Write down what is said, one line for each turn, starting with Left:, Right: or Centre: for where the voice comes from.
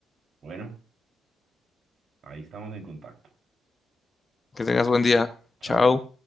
Right: Bueno, ahí estamos en contacto.
Left: Que tengas buen día.
Right: Chao.
Left: Chao.